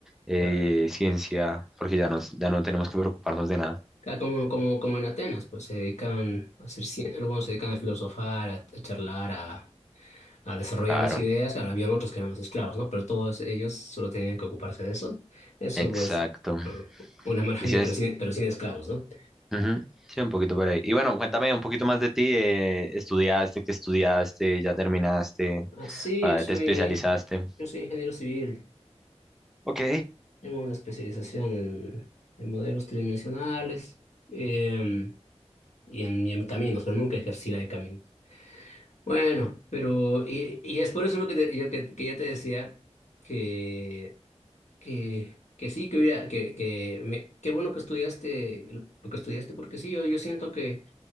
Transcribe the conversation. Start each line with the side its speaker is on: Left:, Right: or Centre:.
Centre: eh,
Left: Claro.
Centre: ciencia, porque ya no, ya no tenemos que preocuparnos de nada.
Left: Ah, Como, como, como en Atenas, pues se dedican a hacer, cien- algunos se dedican a filosofar, a, a charlar, a, a desarrollar
Centre: Claro,
Left: las ideas. Claro, había otros que eran los esclavos, ¿no? Pero todos ellos solo tenían que ocuparse de eso. Eso,
Centre: exacto.
Left: pues, ah, una maravilla,
Centre: Y si es
Left: pero sin, pero sin esclavos, ¿no?
Centre: Ujú, Sí, un poquito por ahí. Y bueno, cuéntame un poquito más de ti. eh, ¿estudiaste? ¿Qué estudiaste? ¿Ya terminaste?
Left: Ah, sí,
Centre: Ah,
Left: yo soy,
Centre: ¿Te especializaste?
Left: yo soy ingeniero civil.
Centre: Ok.
Left: Tengo una especialización en, en modelos tridimensionales em, y en, y en caminos, pero nunca ejercí la de caminos. Bueno, pero y, y es por eso lo que, te- yo, que, que yo te decía que, que, que sí, que, hubiera- que, que me- qué bueno que estudiaste lo que estudiaste, porque sí, yo, yo siento que